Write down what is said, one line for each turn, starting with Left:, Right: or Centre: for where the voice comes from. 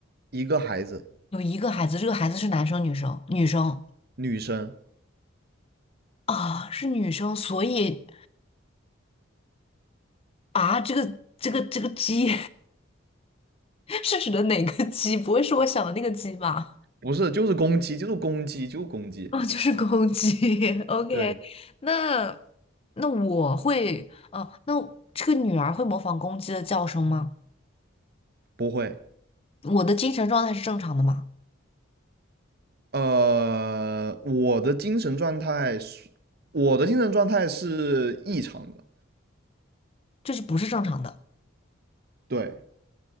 Right: 一个孩子，
Left: 有一个孩子，这个孩子是男生女生？女生
Right: 女生，
Left: 啊，是女生，所以。啊，这个这个这个鸡 <laughs> 是指的哪个鸡？不会是我想的那个鸡吧？
Right: 不是就是攻击，就是攻击，就是攻击。
Left: 哦，就是公鸡。<laughs> OK，
Right: 对，
Left: 那那我会，啊，那这个女儿会模仿公鸡的叫声吗？
Right: 不会。
Left: 我的精神状态是正常的吗？
Right: 呃，我的精神状态是，我的精神状态是异常的。
Left: 这是不是正常的？
Right: 对，